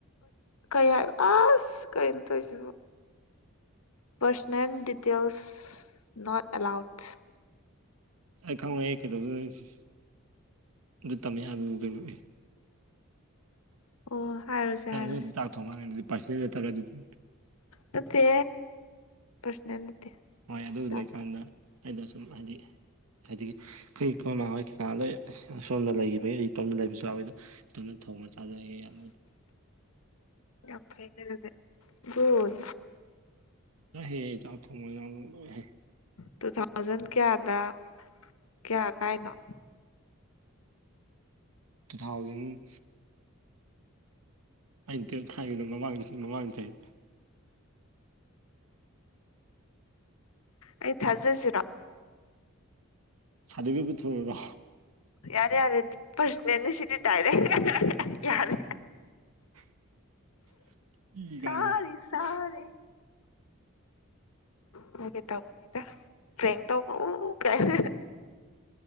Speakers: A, on the left; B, on the right.
A: ꯀꯩ ꯍꯥꯏ ꯑꯁ ꯀꯩꯅꯣ ꯇꯧꯔꯤꯁꯤ
B: <unintelligible>
A: ꯄꯔꯁꯅꯦꯜ ꯗꯤꯇꯜꯁ ꯅꯣꯠ ꯑꯦꯂꯥꯎꯠꯁ
B: ꯑꯩ ꯈꯪꯉꯣꯏꯑꯦ ꯀꯩꯗꯧꯗꯅ ꯑꯗꯨ ꯇꯝꯃꯦ ꯍꯥꯏꯕꯕꯨ ꯀꯩꯅꯣꯏ
A: ꯑꯣ ꯍꯥꯏꯔꯣꯏꯁꯦ
B: ꯅꯪ
A: ꯍꯥꯏꯔꯣꯏꯁꯦ
B: ꯑꯗꯨꯝ ꯆꯥꯛ ꯊꯣꯡꯃꯦ ꯑꯗꯨꯗꯤ ꯄꯔꯁꯅꯦꯔꯒ ꯑꯗꯨꯗꯤ
A: ꯅꯠꯇꯦ ꯄꯔꯁꯅꯦꯜ ꯅꯠꯇꯦ
B: ꯍꯣꯏ ꯑꯗꯨ
A: ꯆꯥꯛꯇꯣ
B: ꯂꯩꯀꯥꯟꯗ ꯑꯩꯗꯣ ꯁꯨꯝ ꯍꯥꯏꯗꯤ ꯍꯥꯏꯗꯤ ꯀꯩ ꯈꯣꯏ ꯃꯥ ꯍꯣꯏ ꯀꯩꯀꯥ ꯂꯩ ꯁꯁꯣꯝꯗ ꯂꯩꯈꯤꯕꯒꯤ ꯏꯇꯣꯝꯗ ꯂꯩꯕꯁꯨ ꯌꯥꯎꯋꯦ ꯑꯗꯣ ꯑꯗꯨꯅ ꯊꯣꯡꯅ ꯆꯥꯖꯑꯦ ꯌꯥꯝ
A: ꯌꯥꯝ ꯐꯩꯅꯦ ꯅꯪꯗꯤ ꯒꯨꯠ
B: ꯂꯣꯏ ꯍꯩꯌꯦ ꯑꯩ ꯆꯥꯛ ꯊꯣꯡꯕ ꯌꯥꯝ ꯅꯨꯡꯗ ꯍꯦ
A: ꯇꯨ ꯊꯥꯎꯖꯟ ꯀꯌꯥꯗ ꯀꯌꯥ ꯀꯥꯏꯅꯣ
B: ꯇꯨ ꯊꯥꯎꯖꯟ ꯑꯩꯅ ꯇꯨꯌꯦꯜꯞ ꯊꯥꯏꯈꯤꯕꯗꯣ ꯃꯃꯥꯡ ꯃꯃꯥꯡ ꯆꯍꯤ
A: ꯑꯩ ꯊꯥꯖꯁꯤꯔꯣ
B: ꯁꯗꯤꯕꯤ ꯄꯨꯊꯣꯔꯛꯎꯔꯣ
A: ꯌꯥꯔꯦ ꯌꯥꯔꯦ ꯄꯔꯁꯅꯦꯟꯅꯦ ꯁꯤꯗꯤ ꯗꯥꯢꯔꯦꯛ ꯌꯥꯔꯦ
B: <unintelligible> ꯏ ꯀꯥꯏꯅ
A: ꯁꯥꯔꯤ ꯁꯥꯔꯤ ꯐꯒꯦ ꯇꯧꯕꯅꯤꯗ ꯄꯔꯦꯡ ꯇꯧꯕꯥ ꯎ ꯎ ꯀꯥꯏꯅ